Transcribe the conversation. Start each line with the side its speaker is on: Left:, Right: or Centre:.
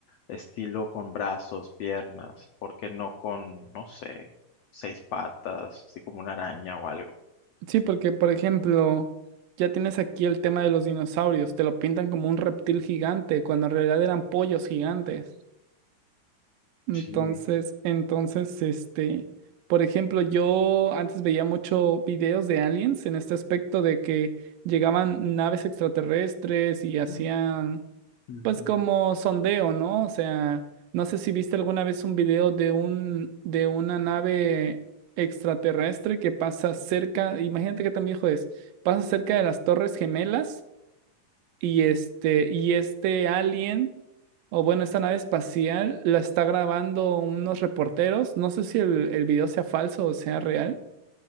Left: estilo con brazos, piernas, porque no con, no sé, seis patas, así como una araña o algo.
Right: sí, porque por ejemplo, ya tienes aquí el tema de los dinosaurios, te lo pintan como un reptil gigante, cuando en realidad eran pollos gigantes. Entonces,
Left: Sí.
Right: entonces, este, por ejemplo, yo antes veía mucho videos de aliens en este aspecto de que llegaban naves extraterrestres y hacían,
Left: Mm, ujú,
Right: pues, como sondeo, ¿no? O sea, no sé si viste alguna vez un video de un, de una nave extraterrestre que pasa cerca, imagínate qué tan viejo es, pasa cerca de las Torres Gemelas y este, y este alien, o bueno, esta nave espacial, la está grabando unos reporteros. No sé si el, el video sea falso o sea real,